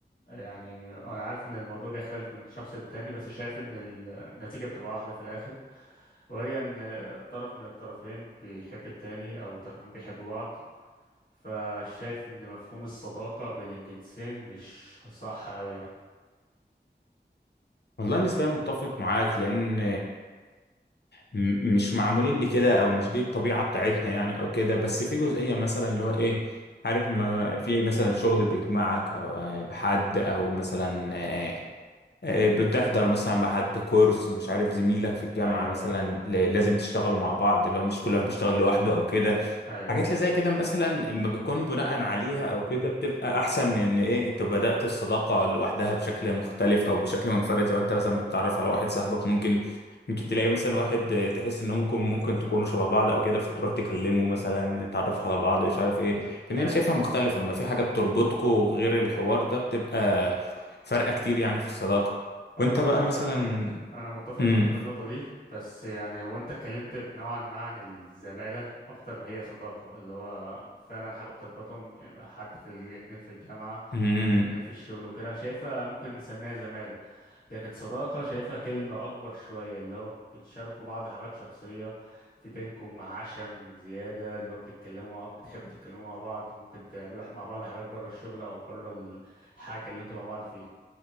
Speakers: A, on the left; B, on the left.
A: يعني انا عارف ان الموضوع بيختلف من شخص للتاني بس شايف ان النتيجة بتبقى واحدة في الاخر وهي ان طرف من الطرفين بيحب التاني او الطرفين بيحبوا بعض فشايف ان مفهوم الصداقة بين الجنسين مش صح اوي يعني
B: والله نسبيا متفق معاك لان م- مش معمولين لكده او مش دي الطبيعه بتاعتنا يعني او كده بس في جزئيه مثلا اللي هو ايه عارف ما في مثلا شغل بيجمعك او آه، بحد او مثلا آه، آه، بتحضر مثلا مع حد كورس مش عارف زميلك في الجامعه
A: ايوه
B: مثلا
A: ايوه
B: ل- لازم تشتغلوا مع بعض اللي هو مش كل واحد بيشتغل لوحده او كده
A: ايوه
B: حاجات اللي زي كده مثلا اما بتكون بناء عليها او كده بتبقى احسن من ان ايه انت بدأت الصداقة لوحدها بشكل مختلف او بشكل منفرد زي ما انت مثلا بتتعرف على واحد صاحبك ممكن ممكن تلاقي مثلا واحد آه، تحس انهم ممكن ممكن تكونوا شبه بعض او كده فتروح تكلمه مثلا تتعرف على بعض مش عارف ايه فان
A: ايوه
B: انا شايفها مختلفة اما في حاجة بتربطكوا غير الحوار ده بتبقى فرقة كتير يعني في الصداقة
A: هو
B: وانت
A: انا
B: بقى
A: متفق
B: مثلا
A: معاك انا متفق
B: امم
A: معاك في النقطة دي بس يعني هو انت اتكلمت نوعا ما عن الزمالة اكتر ما هي صداقة اللي هو فعلا حاجة بتربطهم يعني حد في الاتنين في الجامعة
B: امم
A: اتنين في الشغل وكده شايفها ممكن نسميها زمالة لكن صداقة شايفها كلمة أكبر شوية اللي هو بتشاركوا بعض حاجات شخصية في بينكم عشم زيادة اللي هو بتتكلموا مع- بتحبوا تتكلموا مع بعض ممكن تعملوا ح- مع بعض حاجات برا الشغل أو برا الحاجة اللي انتوا مع بعض فيها